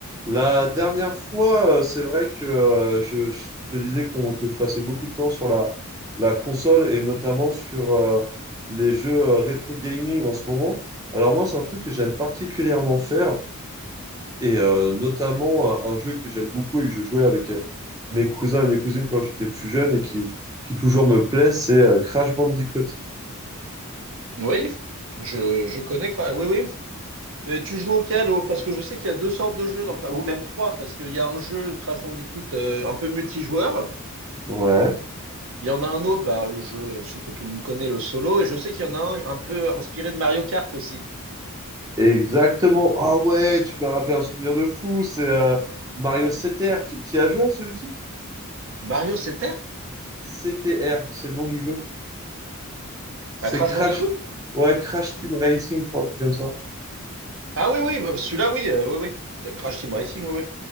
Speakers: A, on the right (about 15°); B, on the right (about 60°).
A: La dernière fois, euh, c'est vrai que euh, je, je te disais qu'on- que je passais beaucoup de temps sur la, la console et notamment sur euh, les jeux euh, rétro gaming en ce moment. Alors moi, c'est un truc que j'aime particulièrement faire et euh, notamment euh, un jeu que j'aime beaucoup et que je jouais avec euh, mes cousins et mes cousines quand j'étais plus jeune et qui, qui toujours me plaît, c'est euh, Crash Bandicoot.
B: Oui, je, je connais. Cra- Oui, oui. Et tu joues auquel? au- Parce que je sais qu'il y a deux sortes de jeux, donc ou même trois, parce qu'il y a un jeu Crash Bandicoot euh, un peu multijoueur.
A: Ouais,
B: Il y en a un autre, bah, le jeu, ce que tout le monde connaît, le solo. Et je sais qu'il y en a un un peu inspiré de Mario Kart aussi.
A: exactement. Ah ouais, tu m'as rappelé un souvenir de fou, c'est euh, Mario 7R. Tu t'y as joué à celui-ci?
B: Mario Terre
A: CTR, c'est le nom du jeu. C'est
B: À Crash
A: Crash.
B: Bandicoot?
A: Ouais, Crash Team Racing, je crois, un truc comme ça.
B: Ah oui, oui, bah, celui-là, oui, euh, oui, oui. Le Crash Team Racing, oui, oui.